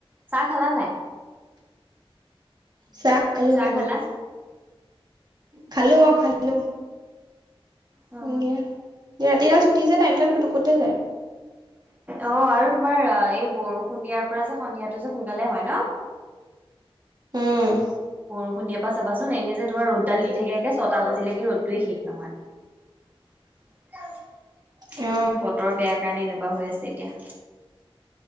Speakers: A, on the right (about 20°); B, on the right (about 45°).
A: চাহ খালা নাই।
B: চাহ খালো
A: চাহ
B: খালো
A: খালা।
B: খালো অ খালো
A: অ
B: সন্ধিয়া। ৰাতিডাল চুটি যে টাইম দাল পোটোকতে যায়।
A: অ আৰু তোমাৰ এই বৰষুণ দিয়া পৰা যে সন্ধিয়াটো যে সোনকালে হয় ন।
B: উম
A: বৰষুণ দিয়াৰ পৰা চাবাচোন এনেই যে তোমাৰ ৰ'দডাল দি থাকে একে ছটা বাজিলৈকে ৰ'দটোৱে শেষ নহয়। <unintelligible>
B: অ
A: বতৰ বেয়া কাৰণে এনেকুৱা হৈ আছে এতিয়া।